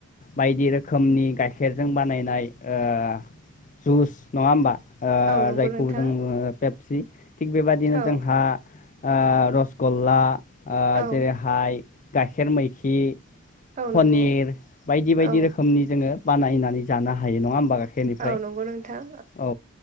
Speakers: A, on the left (about 35°); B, on the right (about 35°).
A: बायदि रोखोमनि गाइखेरजों बानायनाय ओ जुस नङा होमबा? ओ
B: औ नंगौ
A: जायखौ
B: नोंथां
A: जोङो पेपसि थिग बेबादिनो
B: औ
A: जोंहा आ रसगल्ला ओ
B: औ
A: जेरैहाय गाइखेर मैखि
B: औ
A: पनिर
B: नंगौ
A: बायदि बायदि
B: औ
A: रोखोमनि जोङो बानायनानै जानो हायो नङा होमबा गाय खेरनिफ्राय
B: औ नंगौ नोंथां
A: औ